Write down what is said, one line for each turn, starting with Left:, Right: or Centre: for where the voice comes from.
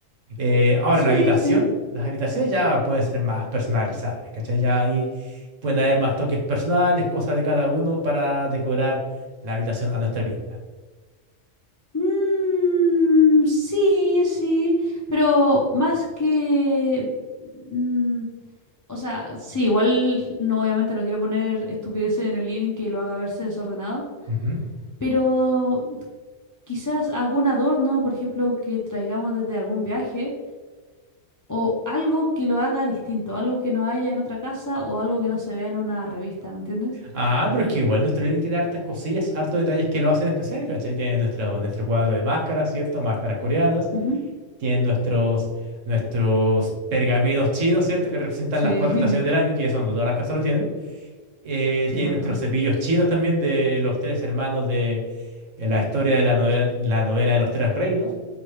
Right: Eh, ahora,
Left: Sí,
Right: la habitación.
Left: sí.
Right: Las habitaciones ya pueden ser más personalizables, ¿cachai? Ya ahí pueden haber más toques personales, cosas de cada uno para decorar la habitación a nuestra pinta.
Left: Mm, sí, sí, pero más que... mm, o sea, sí, igual no, obviamente no quiero poner estupideces en el living que lo haga verse desordenado,
Right: Ujú.
Left: pero quizás algún adorno, por ejemplo, que traigamos desde algún viaje. o algo que lo haga distinto, algo que no haya en otra casa o algo que no se vea en una revista, ¿me entiendes?
Right: Ah, pero es que igual nuestro living tiene hartas cosillas, hartos detalles que lo hacen especial, ¿cachai? Tiene nuestro, nuestro cuadro de máscaras, ¿cierto? Máscaras coreanas.
Left: Ujú.
Right: tienen nuestros, nuestros pergaminos chinos, ¿cierto? Que representan
Left: Sí,
Right: las cuatro estaciones del
Left: <laughs>
Right: año, que ya son, no todas las casas lo tienen. Eh,
Left: sí,
Right: tienen
Left: eso es
Right: nuestros
Left: verdad.
Right: cepillos chinos también de los tres hermanos de eh, la historia de la novela, la novela de los tres reinos